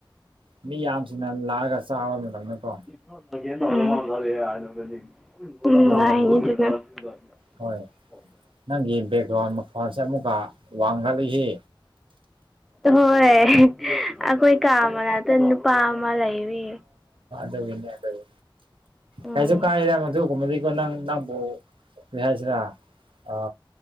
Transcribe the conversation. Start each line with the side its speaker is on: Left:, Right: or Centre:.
Right: ꯃꯤ ꯌꯥꯝꯁꯤꯅ ꯂꯥꯛꯑꯒ ꯆꯥꯕ ꯃꯇꯝꯗꯀꯣ
Centre: ꯦ ꯎꯝ
Right: ꯑꯗꯨꯒꯤꯅꯤ
Centre: ꯏꯅꯤ ꯆꯒ
Right: ꯍꯣꯏ ꯅꯪꯒꯤ ꯕꯦꯛꯒ꯭ꯔꯥꯎꯟ ꯃꯈꯜꯁꯦ ꯑꯃꯨꯛꯀ ꯋꯥꯡꯈꯠꯂꯁꯤ
Centre: ꯍꯣꯏ ꯍꯣꯏ ꯑꯩꯈꯣꯏ ꯀꯥ ꯑꯃꯅꯛꯇ ꯅꯨꯄꯥ ꯑꯃ ꯂꯩꯔꯤ
Right: ꯑꯗꯅꯤ ꯑꯗꯅꯤ ꯀꯩꯁꯨ
Centre: ꯎꯝ
Right: ꯀꯥꯏꯔ ꯃꯗꯨ ꯀꯨꯝꯀꯣ ꯅꯪ ꯅꯪꯕꯨ ꯍꯥꯏꯁꯤꯔꯥ ꯑ